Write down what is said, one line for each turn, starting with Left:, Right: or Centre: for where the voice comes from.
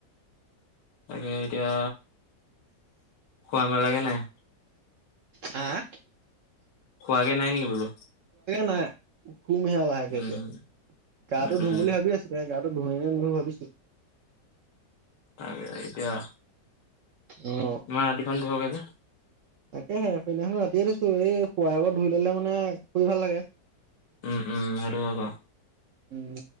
Left: তাকে এতিয়া শুৱা মেলাগে নাই
Right: হা-হা
Left: শুৱাগে নাই নেকি বোলো
Right: নাই শুমহে আ লাহেকে
Left: উম,
Right: এতিয়া গাতো
Left: উম,
Right: ধুম
Left: উম,
Right: বুলি ভাবি আছো গা <unintelligible> ভাবিছো
Left: আৰে আৰে এতিয়া
Right: অ'
Left: ইমান ৰাতিখন পোহৰকে যে
Right: তাকে হে সেদিনাখন ৰাতিয়ে দিছো এই শুৱা আগত ধুই ললে মানে শুই ভাল লাগে
Left: উম উম হেতু হয় বাও
Right: উম